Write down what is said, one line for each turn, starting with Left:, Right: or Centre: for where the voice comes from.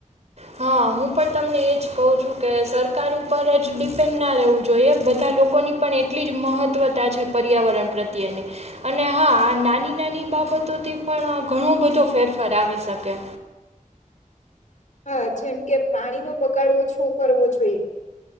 Right: હા, હું પણ તમને એજ કહું છું. કે સરકાર ઉપર જ ડિપેન્ડ ના રહેવું જોઈએ, બધા લોકોની પણ એટલી જ મહત્ત્વતા છે પર્યાવરણ પ્રત્યેની અને હા, આ નાની નાની બાબતોથી પણ ઘણો બધો ફેરફાર આવી શકે
Left: હા, જેમ કે પાણીનો બગાડ ઓછો કરવો જોઈએ.